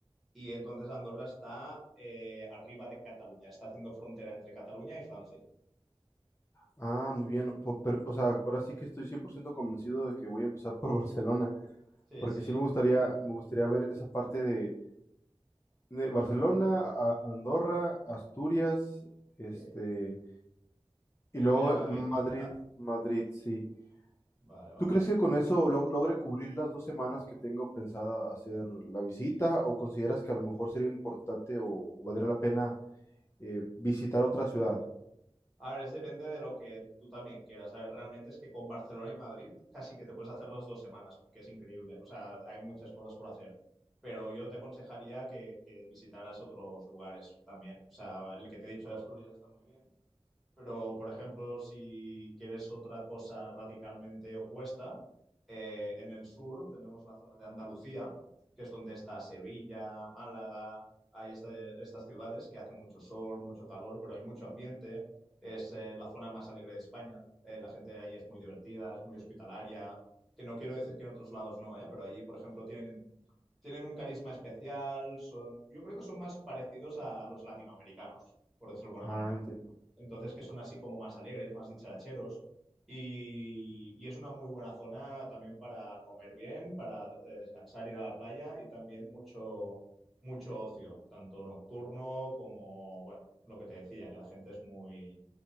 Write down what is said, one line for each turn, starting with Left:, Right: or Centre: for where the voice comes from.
Centre: y entonces Andorra está eh, arriba de Cataluña, está haciendo frontera entre Cataluña y Francia.
Left: Ah, muy bien. Por- pero, o sea, ahora sí que estoy 100% convencido de que voy a empezar por <laughs> Barcelona,
Centre: Sí,
Left: porque
Centre: sí,
Left: sí me gustaría, me gustaría ver esa parte de de Barcelona, a- a Andorra, Asturias, este,
Centre: sí. Y
Left: y
Centre: luego
Left: luego
Centre: ya Madrid,
Left: Madrid,
Centre: ¿no? Quizá.
Left: Madrid, sí.
Centre: Vale, vale,
Left: ¿Tú crees
Centre: vale.
Left: que con eso log- logre cubrir las dos semanas que tengo pensada hacer la visita o consideras que a lo mejor sería importante o, o valdría la pena eh, visitar otra ciudad?
Centre: A ver, es depende de lo que tú también quieras. A ver, realmente es que con Barcelona y Madrid casi que te puedes hacer las dos semanas, porque es increíble. O sea, hay muchas cosas por hacer. Pero yo te aconsejaría que, que visitaras otros lugares también. O sea, el que te he dicho de Asturias está muy bien, pero, por ejemplo, si quieres otra cosa radicalmente opuesta, eh, en el sur tenemos la zona de Andalucía, que es donde está Sevilla, Málaga, hay este- estas ciudades que hace mucho sol, mucho calor, pero hay mucho ambiente. Es eh, la zona más alegre de España. Eh, la gente ahí es muy divertida, es muy hospitalaria, que no quiero decir que en otros lados no, eh, pero allí, por ejemplo, tienen, tienen un carisma especial, son, yo creo que son más parecidos a los latinoamericanos, por decirlo de alguna
Left: Ah,
Centre: manera
Left: entiendo.
Centre: entonces que son así como más alegres, más dicharacheros. Y, y es una muy buena zona también para comer bien, para eh, descansar, ir a la playa y también mucho, mucho ocio, tanto nocturno como, bueno, lo que te decía, que la gente es muy,